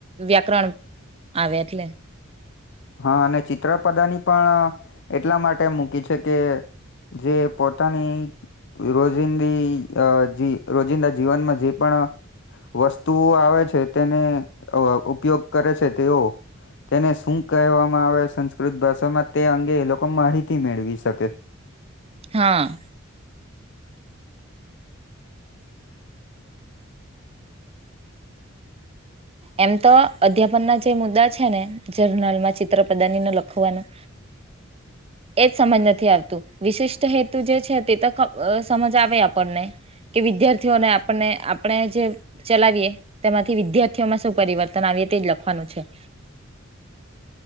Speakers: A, on the right; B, on the left.
A: વ્યાકરણ આવે એટલે.
B: હા અને ચિત્રપદાની પણ એટલા માટે મૂકી છે કે જે પોતાની રોજિંદી રોજિંદા જીવનમાં જે પણ વસ્તુઓ આવે છે તેને ઉપયોગ કરે છે તેઓ તેને શું કહેવામાં આવે સંસ્કૃત ભાષામાં તે અંગે એ લોકો માહિતી મેળવી શકે
A: હા એમ તો અધ્યાપન ના જે મુદ્દા છે ને જર્નલમાં ચિત્ર પ્રદાનીને લખવાનું
B: <inaudible>
A: એજ સમજ નથી આવતું વિશિષ્ટ હેતુ જે છે તે તો સમજ આવે આપણને કે વિદ્યાર્થીઓને આપણને આપણે જે ચલાવીએ તેમાંથી વિદ્યાર્થીઓમાં શું પરિવર્તન આવીએ તે જ લખવાનું છે